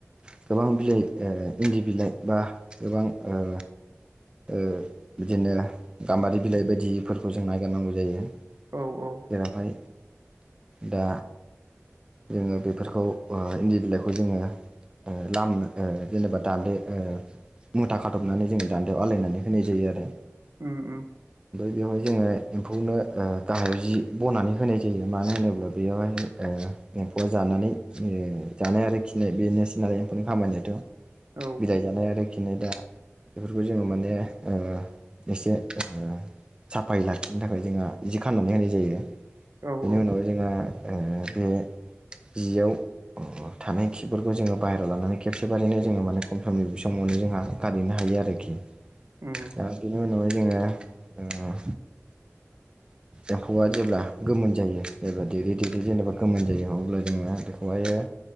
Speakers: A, on the right; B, on the right.
A: गोबां ओ बिलाइ इन्दि बिलाइ बा गोबां ओ ओ बिदिनो गाम्बारि बिलाइ बायदिफोरखौ जों नायगिरनांगौ जायो
B: औ औ
A: जेरावहाय दा जोङो बेफोरखौ ओ इन्दि बिलाइखौ जोङो ओ लामनो ओ जेनेबा ओ दान्दो मुथा खाथबनानै जोङो दान्द याव आलायनानै होनाय जायो आरो
B: उम उम
A: बेयावहाय जोङो एम्फौनो ओ गाहायाव जि बनानै होनाय जायो मानो होनोब्ला बेयावहाय ओ एम्फौआ जानानै जानाय आरो खिनाय बेनोसै नालाय एम्फौनि खामानियाथ'
B: औ
A: बिलाइ जानाय आरोखिनाय दा बेफोरखौ जोङो माने ओ एसे ओ साफायै लाखिनो थाखाय जोंहा जि खनानै होनाय जायो
B: औ
A: बेनि उनाव जोंहा ओ बे जियाव थानाय खिफोरखौ जोङो बाहेरायाव लानानै खेबसेबारैनो जोङो माने खम सम समावनो जोंहा गारैनो हायो आरो के
B: उम
A: आ बिनि उनाव जोङो ओ एम्फौआ जेब्ला गोमोन जायो जेब्ला देरै देरै जेनेबा गोमोन जायो अब्ला जोङो बेखौहायनाय